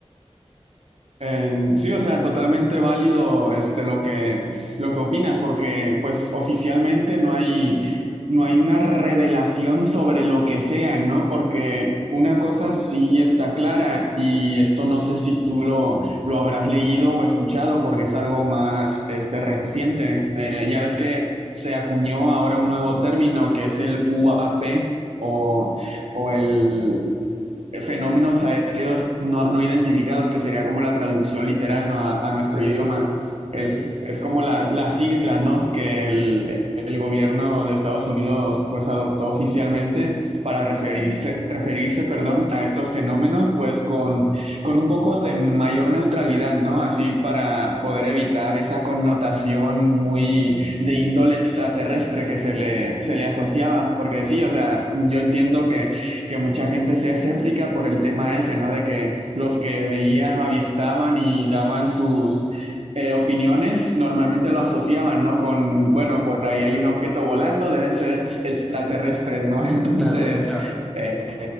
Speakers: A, on the right; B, in the centre.
A: Eh, sí, o sea, totalmente válido este, lo que, lo que opinas, porque pues oficialmente no hay, no hay una revelación sobre lo que sean, ¿no? Porque una cosa sí está clara y esto no sé si tú lo, lo habrás leído o escuchado porque es algo más este, reciente. Eh, ya ves que se acuñó ahora un nuevo término que es el UAP o, o el fenómenos aéreos no, no identificados, que sería como la traducción literal, ¿no? a, a nuestro
B: Sí,
A: idioma. Es,
B: sí,
A: es como la, la sigla, ¿no? que el, el gobierno de Estados Unidos pues adoptó oficialmente para referirse, referirse perdón, a estos fenómenos pues con, con un poco de mayor neutralidad, ¿no? Así para poder evitar esa connotación muy de índole extraterrestre que se le, se le asociaba, porque sí, o sea, yo entiendo que que mucha gente sea escéptica por el tema ese, ¿no? De que los que veían o avistaban y daban sus eh, opiniones normalmente lo asociaban, ¿no? Con, bueno, por ahí hay un objeto volando, deben ser ex- extraterrestres, ¿no? <laughs> Entonces,
B: claro, claro.
A: eh,